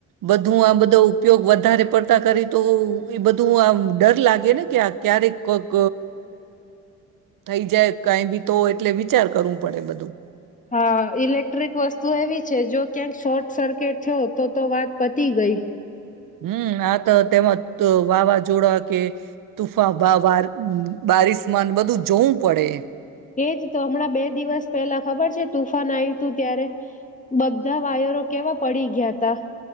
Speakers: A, on the right; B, on the left.
A: બધું આ બધો ઉપયોગ વધારે પડતા કરી તો એ બધું આમ ડર લાગે ને કે ક્યારેક કોક થઈ જાય કઈ બી તો એટલે વિચાર કરવું પડે બધું
B: હા ઇલેક્ટ્રિક વસ્તુ એવી છે જો ક્યાંક શોર્ટ સર્કિટ થયો તો તો વાત પતી ગઈ
A: હમ આ તો તેમાં વાવાઝોડા કે તુફા વા બારિસમાન બધું જોવું પડે
B: એજ તો હમણાં બે દિવસ પહેલા ખબર છે તુફાન આવય્યું હતું ત્યારે બધા વાયરો કેવા પડી ગયા તા